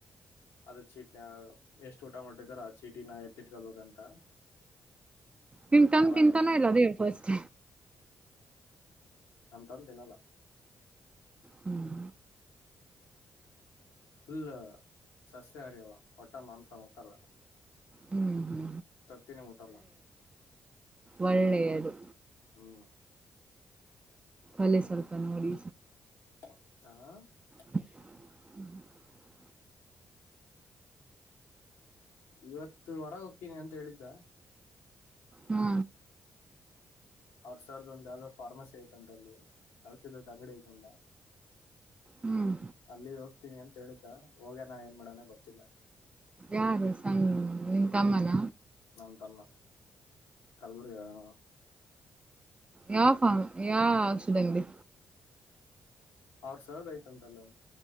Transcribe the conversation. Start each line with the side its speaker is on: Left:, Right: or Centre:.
Left: ಅದ ಚೀಟ್ ಎಷ್ಟು ಊಟ ಮಾಡಟ್ಟಿದಾರೊ ಆ ಚೀಟಿನ ಎತ್ತಿಟ್ಕೊಬೇಕಂತ
Right: ನಿಮ್ ತಮ್
Left: ಆಮೇಲೆ
Right: ತಿಂತಾನ ಇಲ್ಲ ಅದೇ ಹೇಳ್ ಫಸ್ಟ್
Left: ಅಂತಂದೆನಲ್ಲ
Right: ಹ್ಮ್
Left: ಫುಲ್ ಸಸ್ಯಹಾರಿ ಅವ ಮಟ್ಟೆ ಮಾಂಸ ಮಟ್ಟಲ್ಲ
Right: ಹ್ಮ ಹ್ಮ
Left: ತತ್ತಿನೇ ಮುಟ್ಟಲ್ಲ
Right: ಒಳ್ಳೆಯದು
Left: ಹ್ಮ
Right: ಅಲ್ಲೇ ಸ್ವಲ್ಪ ನೋಡಿ
Left: ಹಾ
Right: ಹ್ಮ
Left: ಇವತ್ತು ಹೊರಗ್ ಹೋಕ್ತೀನಿ ಅಂತ ಹೇಳಿದ್ದ
Right: ಹ್ಮ
Left: ಸರ್ದು ಯಾವ್ದೊ ಒಂದ್ ಫಾರ್ಮಸಿ ಐತ್ ದಲ್ಲಿ ಔಷಧದ್ ಅಂಗಡಿ ಐತೊಂದ
Right: ಹ್ಮ್
Left: ಅಲ್ಲಿ ಹೋಗ್ತೀನಿ ಅಂತ್ ಹೇಳಿದ್ದ ಹೋಗ್ಯಾನ ಏನ್ ಮಾಡನ ಗೊತ್ತಿಲ್ಲ
Right: ಯಾರು ಸಣ್ಣ ನಿನ್
Left: ಹ್ಮ್
Right: ತಮ್ಮನ
Left: ನಮ ತಮ್ಮ ಕಲ್ಬರಿಗ ಆ
Right: ಯಾವ ಫಂ ಯಾವ ಔಷಧಂಗ್ಡಿ
Left: ಅವ್ರ ಸರ್ದ್ ಐಯ್ತಂತಲ್ಲೋ